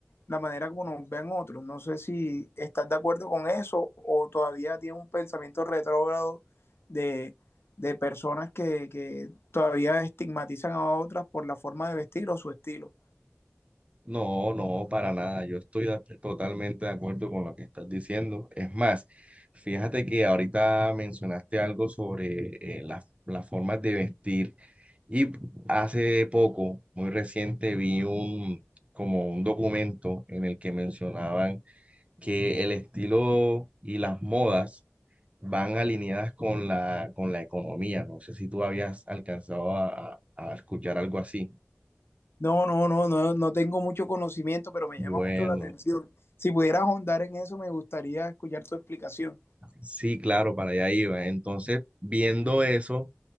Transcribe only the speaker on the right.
No, no, para nada. Yo estoy de- totalmente de acuerdo con lo que estás diciendo. Es más, fíjate que ahorita mencionaste algo sobre eh, las las formas de vestir y hace poco, muy reciente, vi un como un documento en el que mencionaban que el estilo y las modas van alineadas con la con la economía. No sé si tú habías alcanzado a a- a escuchar algo así.
Bueno.
Sí, claro, para allá iba. Entonces, viendo eso,